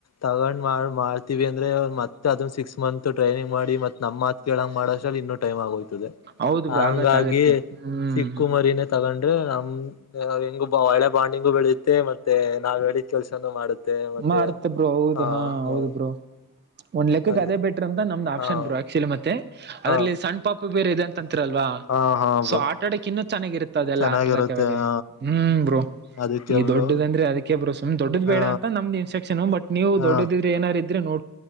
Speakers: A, on the left (about 45°); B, on the right (about 30°).
A: ತಗೊಂಡು ಮಾಡ ಮಾಡ್ತೀವಿ ಅಂದ್ರೆ ಮತ್ತೇ ಅದನು ಸಿಕ್ಸ್ ಮಂತ್ ಟ್ರೈನಿಂಗ್ ಮಾಡಿ ಮತ್ ನಮ್ಮ ಮಾತ್ ಕೇಳಂಗ ಮಾಡೋ ಆಸ್ಟರ್ಲಿ ಇನ್ನ ಟೈಮ್ ಆಗಿಹೋಯ್ತು
B: ಹೌದು ಬ್ರೋ
A: ಹಂಗಾಗಿ
B: ಆಗತ್ ಆಗತ್ತೆ ಹ್ಮ್.
A: ಚಿಕ್ಕು ಮರಿನೇ ತಗೊಂಡು ಅದ್ದೇ ನಮ್ ಹೆಂಗು ಒಳೆ ಬಾಂಡಿಂಗು ಬೆಳುತ್ತೆ ಮತ್ತೆ ನಾವ್ ಹೇಳಿದ ಕೆಲ್ಸನು ಮಾಡುತ್ತೆ ಮತ್ತೆ
B: ಮಾಡುತ್ತೆ ಬ್ರೋ ಹೌದು
A: ಹ
B: ಹಾ
A: ಹೌ
B: ಹೌದು ಬ್ರೋ ಒಂದು ಲೆಕ್ಕಕ್
A: ಹಂಗ
B: ಅದೇ ಬೆಟ್ರು ಅಂತ ನಮ್ದ್ ಆಪ್ಷನ್
A: ಹಾ
B: ಬ್ರೋ ಆಕ್ಚುಲಿ ಮತ್ತೆ ಅದ್ರಲ್ಲಿ
A: ಹಾ
B: ಸಣ್ಣ ಪಾಪು ಬೇರೆ ಇದೆ ಅಲ್ವಾ
A: ಹಾ ಹಾ ಬ್ರೋ
B: ಸೊ ಆಟ ಆಡಕ್ಕೆ ಇನ್ನೂ ಚೆನ್ನಾಗಿರುತ್ತ ಅದೆಲ್ಲಾ
A: ಚೆನ್ನಾಗಿರುತ್ತೆ
B: ಆಟ ಆಡಕ್ಕೆ ಅವಗೇ
A: ಹ
B: ಹ್ಮ್ ಬ್ರೋ
A: ಅದಕ್ಕೆ
B: ಈ
A: ಬ್ರೋ
B: ದೊಡ್ಡ ಅಂದ್ರೆ ಅದಕ್ಕೆ ಬ್ರೋ ಸುಮ್ ದೊಡ್ಡ
A: ಹಾ
B: ಬೇಡ ಅಂತ ನಮ್ದ ಇಸ್ಟ್ರಕ್ಷನ್ ಬಟ್ ನೀವು
A: ಹಾ
B: ದೊಡ್ಡದು ಇದ್ದರೆ ಏನಾರ ಇದ್ರೆ ನೋ